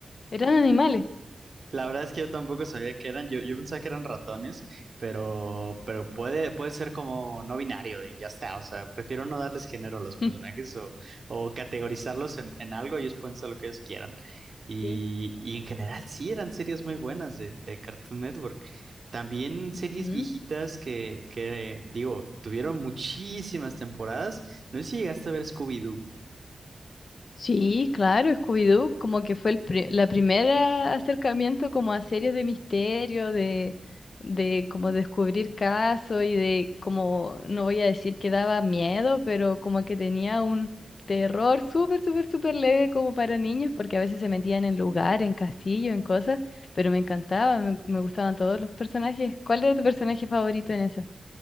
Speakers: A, on the left; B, on the right.
A: Eran animales.
B: la verdad es que yo tampoco sabía que eran, yo, yo pensaba que eran ratones, pero, pero puede, puede ser como no binario y ya está, o sea, prefiero no darles género a los personajes
A: <laughs>
B: o, o categorizarlos en, en algo, ellos pueden ser lo que ellos quieran. Y,
A: Sí.
B: y en general sí, eran series muy buenas de, de Cartoon Network. También series
A: Ujú.
B: viejitas que, que, digo, tuvieron muchísimas temporadas. No sé si llegaste a ver Scooby-Doo.
A: Sí, claro, Scooby-Doo como que fue el pri- la primera acercamiento como a series de misterio, de, de como descubrir casos y de como, no voy a decir que daba miedo, pero como que tenía un terror súper, súper, súper leve como para niños, porque a veces se metían en lugar, en castillo, en cosas, pero me encantaba, me, me gustaban todos los personajes. ¿Cuál era tu personaje favorito en esa?